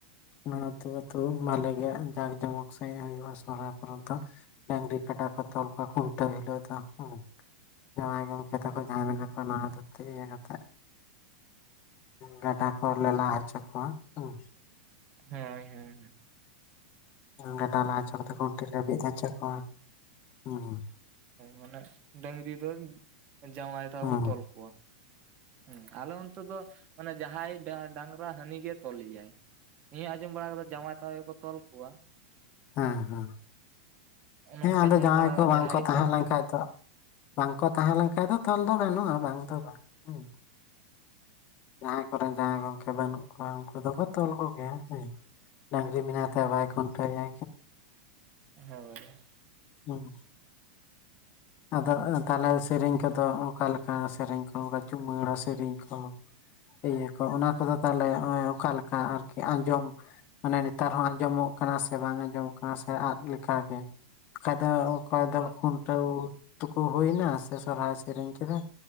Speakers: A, on the left; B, on the right.
A: ᱚᱱᱟ ᱛᱮᱜᱮ ᱵᱷᱟᱞᱮ ᱜᱮ ᱡᱟᱠ ᱡᱚᱢᱚᱠ ᱥᱮᱡ ᱦᱩᱭᱩᱜᱼᱟ ᱥᱚᱨᱦᱟᱭ ᱯᱚᱨᱚᱵᱽ ᱫᱚ ᱰᱟᱝᱨᱤ ᱠᱟᱰᱟ ᱠᱚ ᱛᱚᱞ ᱠᱚᱣᱟ ᱠᱷᱩᱱᱴᱟᱹᱣ ᱦᱤᱞᱳᱜ ᱛᱟᱦᱩᱸ ᱡᱟᱶᱟᱭ ᱜᱚᱢᱠᱮ ᱛᱟᱠᱚ ᱡᱟᱦᱟᱸᱭ ᱢᱮᱱᱟᱜ ᱠᱚᱣᱟ ᱱᱟᱣᱟ ᱫᱷᱩᱛᱤ ᱤᱭᱟᱹ ᱠᱟᱛᱮ ᱜᱟᱰᱟ ᱠᱚᱞᱮ ᱞᱟ ᱦᱚᱪᱚ ᱠᱚᱣᱟ ᱦᱮᱸ
B: ᱦᱮᱸ ᱦᱮᱸ ᱦᱮᱸ
A: ᱦᱮ ᱰᱟᱞᱟ ᱦᱚᱪᱚ ᱠᱟᱛᱮ ᱜᱩᱱᱴᱤ ᱞᱮᱵᱤᱫ ᱦᱚᱪᱚ ᱠᱚᱣᱟ ᱦᱮᱸ
B: ᱢᱟᱱᱮ ᱰᱟᱝᱨᱤ ᱫᱚ ᱡᱟᱶᱟᱭ ᱛᱟᱠᱚ
A: ᱦᱮᱸ ᱦᱮᱸ
B: ᱠᱚ
A: ᱦᱮᱸ
B: ᱛᱚᱞ ᱠᱚᱣᱟ ᱦᱮᱸ ᱟᱞᱮ ᱚᱱᱛᱮ ᱫᱚ ᱢᱮ ᱡᱟᱦᱟᱸᱭ ᱰᱟᱝᱨᱟ ᱦᱟᱹᱱᱤ ᱜᱮ ᱛᱚᱞ ᱮᱭᱟᱭ ᱤᱧ ᱟᱸᱡᱚᱢ ᱵᱟᱲᱟ ᱠᱟᱫᱟ ᱡᱟᱶᱟᱭ ᱛᱟᱠᱚ ᱜᱮᱠᱚ ᱛᱚᱞ ᱠᱚᱣᱟ ᱾
A: ᱦᱮᱸ ᱦᱮᱸ
B: ᱚᱱᱮ
A: ᱦᱮᱸ
B: ᱚᱱᱠᱟᱧ
A: ᱟᱫᱚ
B: ᱧᱮᱞ
A: ᱡᱟᱦᱟᱸᱭ
B: ᱵᱟᱲᱟ
A: ᱠᱚ
B: ᱠᱟᱫᱟ
A: ᱵᱟᱝᱠᱚ
B: ᱡᱟᱦᱟᱸᱭᱤᱡ
A: ᱛᱟᱦᱮᱸ
B: ᱰᱟᱹᱝᱨᱤ
A: ᱞᱮᱱ ᱠᱷᱟᱡ ᱫᱚ ᱵᱟᱝ ᱠᱚ ᱛᱟᱦᱮᱸ ᱞᱮᱱᱠᱷᱟᱱᱡ
B: ᱦᱩᱸ
A: ᱫᱚ ᱛᱚᱞ ᱫᱚ ᱵᱟᱹᱱᱩᱜᱼᱟ ᱵᱟᱝ ᱫᱚ ᱵᱟᱝ ᱦᱮᱸ ᱡᱟᱦᱟᱸᱭ ᱠᱚᱨᱮᱱ ᱡᱟᱶᱟᱸᱭ ᱜᱚᱝᱠᱮ ᱵᱟᱹᱱᱩᱜ ᱠᱚᱣᱟ ᱩᱱᱠᱩ ᱫᱚᱠᱚ ᱛᱚᱞ ᱠᱚᱜᱮᱭᱟ ᱦᱮ ᱰᱟᱝᱨᱤ ᱢᱮᱱᱟᱭ
B: ᱦᱩᱸ
A: ᱛᱟᱭ ᱵᱟᱭ ᱠᱷᱩᱱᱴᱟᱹᱣᱭᱟ
B: ᱦᱮ
A: ᱦᱮᱸ ᱟᱫᱚ ᱛᱟᱦᱚᱞᱮ ᱥᱮᱨᱮᱧ ᱠᱚᱫᱚ ᱚᱠᱟ ᱞᱮᱠᱟ ᱥᱮᱨᱮᱧ ᱠᱚ ᱪᱩᱢᱟᱹᱲᱟ ᱥᱮᱨᱮᱧ ᱠᱚᱦᱚᱸ ᱤᱭᱟᱹ ᱠᱚ ᱚᱱᱟ ᱠᱚᱫᱚ ᱛᱟᱦᱚᱞᱮ ᱚᱠᱟ ᱞᱮᱠᱟ ᱟᱨᱠᱤ ᱟᱸᱡᱚᱢ ᱢᱟᱱᱮ ᱱᱮᱛᱟᱨ ᱦᱚᱸ ᱟᱸᱡᱚᱢᱚᱜ ᱠᱟᱱᱟ ᱥᱮ ᱵᱟᱝ ᱟᱸᱡᱚᱢᱚᱜ ᱠᱟᱱᱟ ᱥᱮ ᱟᱫ ᱞᱮᱠᱟ ᱜᱮ ᱫᱚ ᱚᱠᱚᱭ ᱫᱚ
B: ᱵᱟ
A: ᱠᱷᱩᱱᱴᱟᱹᱣ ᱛᱩᱠᱚ ᱦᱳᱭᱱᱟ ᱥᱮ ᱥᱚᱨᱦᱟᱭ ᱥᱮᱨᱮᱧ ᱠᱮᱫᱟ